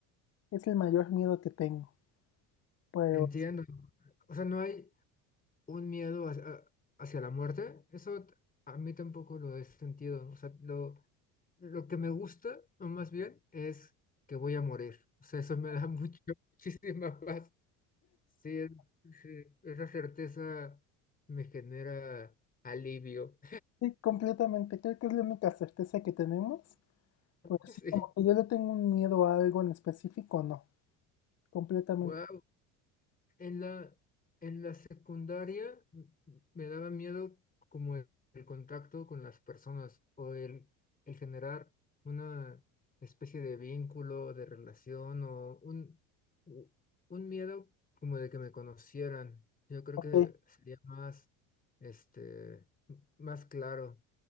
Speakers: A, on the left; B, on the left.
A: es el mayor miedo que tengo. Pero
B: entiendo. O sea, no hay un miedo hacia, hacia la muerte. Eso t- a mí tampoco lo he sentido. O sea, lo, lo que me gusta, o más bien, es que voy a morir. O sea, eso me da mucho, <laughs> muchísima paz. Sí, es- sí, esa certeza me genera alivio.
A: sí, completamente, creo que es la única certeza que tenemos.
B: <laughs>
A: Porque sí,
B: Sí,
A: como que yo le tengo un miedo a algo en específico, no, completamente.
B: wow. En la, en la secundaria m- me daba miedo como el, el contacto con las personas o el, el generar una especie de vínculo, de relación o un, u- un miedo como de que me conocieran. Yo creo
A: Ok,
B: que sería más, este, m- más claro.